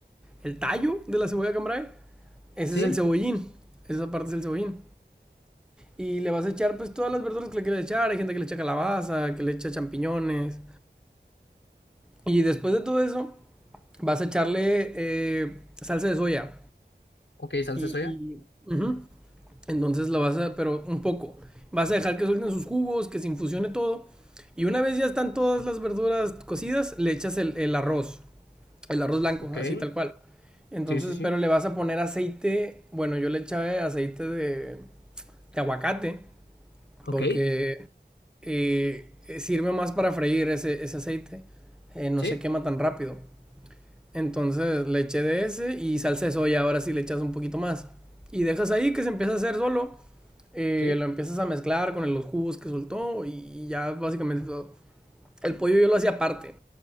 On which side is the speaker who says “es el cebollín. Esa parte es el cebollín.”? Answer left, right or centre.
Centre